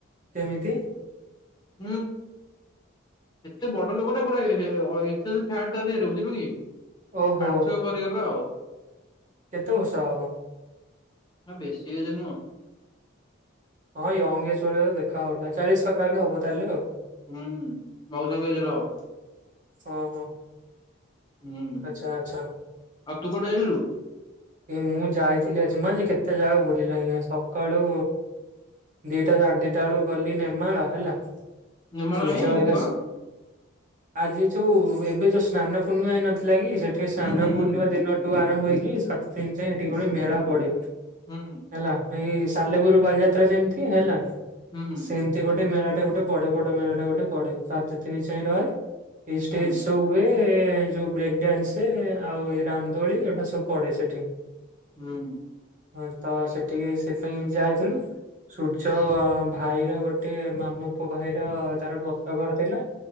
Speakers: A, on the right; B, on the left.
A: କେମିତି।
B: ହୁଁ ଏତେ ବଡ ଲୋକଟା ପରା ଏ ସିଏ ଅଏ ଏକ୍ସେସ୍ ଫ୍ୟାଟ ତା ଧିଏରେ ବୁଝିଲୁ କି ହାର୍ଟଚୋକ
A: ଓହୋ
B: କରିଗଲା ଆଉ।
A: କେତେ ବର୍ଷ ହବ।
B: ନା ବେଶି ଏଜ ନୁହଁ।
A: ହଁ ୟଙ୍ଗ ଏଜ୍ ଭଳିଆ ତ ଦେଖା ଜାଉଥିଲା ଚାଳିଶ ପାଖା ପାଖି ହବ ତାହେଲେ ଆଉ।
B: ହୁଁ ମଉସା ଙ୍କ ଏଜ ର ହବ।
A: ହଁ ହଁ।
B: ହୁଁ
A: ଆଛା ଆଛା।
B: ଆଉ ତୁ କୁଆଡେ ଯାଇଥିଲୁ।
A: ଏ ମୁଁ ଯାଇଥିଲି ଆଜି ମୁଁ ଆଜି କେତେ ଜାଗା ବୁଲି ଲେଇଁ ସକାଳୁ। ଦିଟା ସାଢେ ଦିଟା ବେଳୁକୁ ଗଲି ନେମାଳ ହେଲା।
B: ନିମାଳ
A: ସୂର୍ଯ୍ୟ
B: କାଇଁ
A: ହରିକା
B: ଏମିତି କଣ?
A: ଆଜି ଯୋଉ ଏବେ ଯୋଉ ସ୍ନାନ ପୂର୍ଣ୍ଣିମା ହେଇ ନଥିଲା କି ସେଠି ସ୍ନାନ
B: ହୁଁ ହୁଁ
A: ପୂର୍ଣ୍ଣିମା
B: ହୁଁ।
A: ଦିନଠୁ ଆରମ୍ଭ। ହେଇକି ସାତ ଦିନ ଯାଏ ସେଠି ଗୋଟେ ମେଳା ପଡେ।
B: ହୁଁ।
A: ହେଲା ଏଇ ସାଲେପୁର ବାଲିଯାତ୍ରା ଯେମିତି ହେଲା।
B: ହୁଁ
A: ସେମିତି ଗୋଟେ ମେଳା। ଗୋଟେ ପଡେ ବଡ ମେଳା ଟା ଗୋଟେ ପଡେ ସାଢ ଦିନି ଯାଏ ରହେ ଏଇ ଷ୍ଟେଜ
B: ହୁଁ
A: ଶୋ ହୁଏ। ଏ ଯୋଉ ବ୍ରେକ୍ ଡ୍ୟାନ୍ସ ଆଉ ଏ ରାମଦୋଳି ଏଗୁଡା ସବୁ ପଡେ ସେଠି।
B: ହୁଁ।
A: ହଁ ତ ସେଠିକି ସେପାଇ ଯାଇଥିଲୁ। ସୂର୍ଯ୍ୟ ଭାଇର ଗୋଟେ ମାମୁଁ ପୁଅ ଭାଇର ତାର ବ୍ରତ ଘର ଥିଲା।